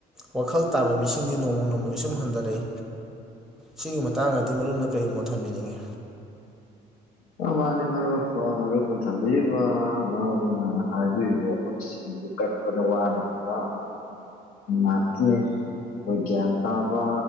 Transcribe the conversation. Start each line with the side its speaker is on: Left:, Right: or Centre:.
Centre: ꯋꯥꯈꯜ ꯇꯥꯕ ꯃꯤꯁꯤꯡꯗꯤ ꯅꯣꯡꯃ ꯅꯣꯡꯃꯒꯤ ꯁꯨꯝ ꯍꯟꯊꯔꯛꯏ ꯁꯤꯒꯤ ꯃꯇꯥꯡꯗꯗꯤ ꯃꯔꯨꯞꯅ ꯀꯔꯤꯃꯣꯠ ꯊꯝꯕꯤꯅꯤꯡꯉꯤ
Left: ꯃꯥ ꯃꯥꯅꯦ ꯃꯔꯨꯞ ꯃꯔꯨꯞꯅ ꯊꯝꯕꯤꯔꯤꯕ ꯃꯔꯨꯞꯅ ꯍꯥꯏꯕꯤꯔꯤꯕ ꯋꯥꯐꯝꯁꯤꯡ ꯑꯗꯨꯈꯛ ꯆꯠꯄꯗ ꯋꯥꯒꯗꯕ ꯉꯥꯛꯇꯅꯦ <unintelligible> <unintelligible> ꯑꯩꯈꯣꯏ ꯒ꯭ꯌꯥꯟ ꯇꯥꯕ